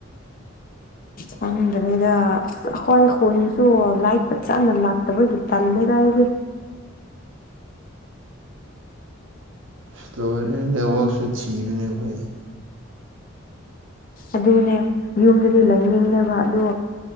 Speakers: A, on the left; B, on the right.
A: ꯈꯪꯗꯔꯦꯗꯥ ꯑꯩꯈꯣꯏ ꯈꯨꯟꯁꯨ ꯂꯥꯏ ꯐꯖꯥꯅ ꯂꯥꯛꯇꯕꯒꯤ ꯇꯜꯂꯦꯗꯥ ꯑꯩꯗꯤ
B: ꯏꯁ ꯂꯣꯏꯔꯦ ꯅꯦꯠꯋꯥꯛꯁꯨ ꯊꯤꯕꯅꯦ ꯑꯩꯈꯣꯏꯗꯤ
A: ꯑꯗꯨꯅꯦ ꯌꯨꯝꯗꯨꯗꯤ ꯂꯩꯅꯤꯡꯉꯦꯕ ꯑꯗꯨ